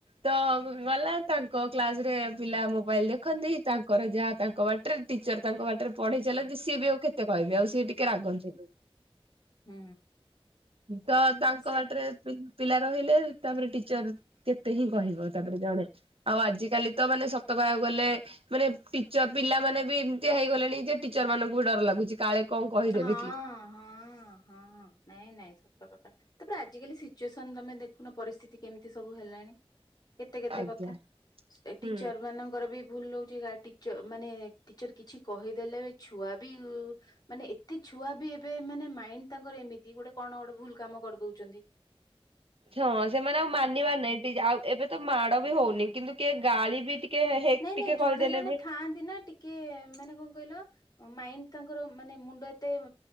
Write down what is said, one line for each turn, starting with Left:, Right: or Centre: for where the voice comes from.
Right: ତ ଗଲା ତାଙ୍କ କ୍ଲାସ ତିରେ ପିଲା ମୋବାଇଲ ଦେଖନ୍ତି ତାଙ୍କର ଯାହା ତାଙ୍କ ବାଟରେ ଟିଚର ତାଙ୍କ ବାଟରେ ପଢେଇ ଚାଲନ୍ତି ସିଏ ବି ଆଉ କେ ତେ କହିବି ଆଉ ସିଏ ଟିକେ ରାଗନ୍ତି।
Left: ହୁଁ।
Right: ତ ତାଙ୍କ
Left: ସେ
Right: ବାଟରେ ପିଲା ରହିଲେ ତାପରେ ଟିଚର କେତେ ହିଁ କହିବ ତାପରେ ଜଣେ ଆଉ ଆଜିକାଲି ତ ମାନେ ସତ କୁ ଗଲେ ମାନେ ଟିଚର ପିଲା ମାନେ ବି ଏମିତିଆ ହେଇଗଲେଣି ଯେ ଟିଚର ମାନଙ୍କୁ ବି ଡର ଲାଗୁଛି। କାଳେ କଣ କହିଦେବେ
Left: ହଁ
Right: କି।
Left: ହଁ ହଁ ନାଇଁ ନାଇଁ। ସତର୍କ ତାପରେ ଆଜିକାଲି ସିଚୁଏସନ ତମେ ଦେଖୁନ ପରିସ୍ଥିତି କେମିତି ସବୁ ହେଲାଣି। କେତେ କେତେ
Right: ଆଜ୍ଞା
Left: କଥା
Right: ହୁଁ।
Left: ଟିଚର ମାନଙ୍କର ବି ଭୁଲ ହଉଛି। ମାନେ ଟିଚର କିଛି କହିଦେଲେ ଛୁଆ ବି ମାନେ ଏତେ ଛୁଆ ବି ଏ ମାନେ ମାଇଣ୍ଡ ତାଙ୍କର ଏମିତି ଗୋଟେ କଣ ଗୋଟେ ଭୁଲ କାମ କରିଦଉଛନ୍ତି।
Right: ହଁ ସେମାନେ ଆଉ ମାନିବାର ନାଇଁ ଟିକ ଆଉ ଏବେ ତ ମାଡ ବି ହଉନି, କିନ୍ତୁ କିଏ ଗାଳି ବି ଟିକେ ହେ
Left: ନାଇଁ
Right: ଟିକେ
Left: ନାଇଁ ଜଣେ
Right: କହିଦେଲେ
Left: ଜଣେ
Right: ବି
Left: ଥାଆନ୍ତି ନା ଟିକେ ମାନେ କଣ କହିଲ ମାଇଣ୍ଡ ତାଙ୍କର ମାନେ ମୁଣ୍ଡ ଏତେ